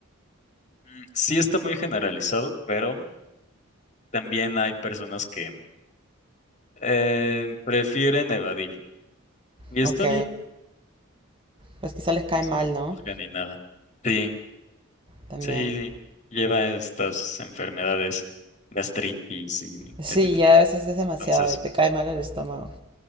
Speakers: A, on the left; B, on the right.
A: mm, sí está muy generalizado, pero también hay personas que eh, prefieren evadirlo. Y
B: Ok,
A: está bien,
B: pues quizá les cae
A: no se
B: mal,
A: les
B: ¿no?
A: juzga ni nada. Sí,
B: También.
A: sí, lleva estas enfermedades, gastritis y
B: Sí,
A: este tipo
B: ya
A: de...
B: a veces es demasiado
A: Entonces,
B: y te cae mal el estómago.